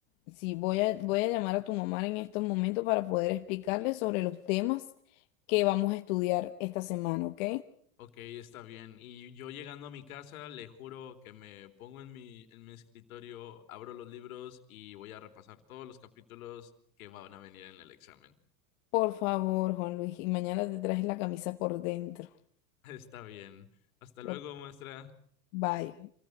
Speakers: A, on the left; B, on the left.
A: sí, voy a, voy a llamar a tu mamá en estos momentos para poder explicarle sobre los temas que vamos a estudiar esta semana, ¿ok?
B: Ok, está bien. Y yo llegando a mi casa, le juro que me pongo en mi, en mi escritorio, abro los libros y voy a repasar todos los capítulos que van a venir en el examen.
A: Por favor, Juan Luis, y mañana te traes la camisa por dentro.
B: <laughs> Está bien. Hasta luego,
A: Ok,
B: maestra.
A: Bye.